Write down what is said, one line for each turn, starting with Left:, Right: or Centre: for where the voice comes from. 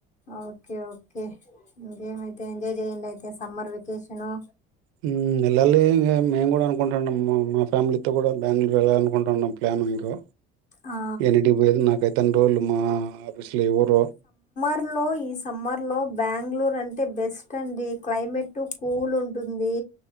Left: ఓకే ఓకే ఇంకేమైతే ఎంజాయ్ చేయండి అయితే సమ్మర్ వెకేషను
Right: హ్మ్మ్ వెళ్ళాలి ఇంకా మేము కూడా అనుకుంటున్నాం మా మా ఫ్యామిలీతో కూడా బెంగళూరు వెళ్ళాలి అనుకుంటున్నాం ప్లాన్ ఇంకో
Left: ఆ
Right: ఎన్నింటికి పోయేది నాకైతే పత్తెం రోజులు మా ఆఫీస్లో ఎవర్
Left: ఇర్ లో ఈ సమ్మర్ లో బెంగళూరు అంటే బెస్ట్ అండి క్లైమేట్ కూల్ ఉంటుంది